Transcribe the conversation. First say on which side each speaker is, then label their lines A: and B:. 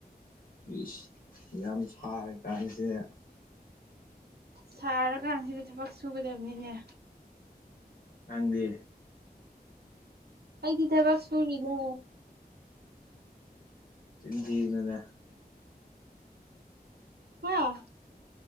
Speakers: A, on the left; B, on the right.
A: ꯏꯁ ꯌꯥꯝ ꯁꯔꯀꯥꯟꯁꯤꯗ
B: ꯁꯥꯔꯀꯥꯟꯁꯤꯗ ꯊꯕꯛ ꯁꯨꯒꯗꯕꯅꯤꯅꯦ
A: ꯅꯪꯗꯤ
B: ꯑꯩꯗꯤ ꯊꯕꯛ ꯁꯨꯔꯤꯅꯦ
A: ꯆꯤꯟ ꯊꯤꯒꯅꯨꯗ
B: ꯍꯥ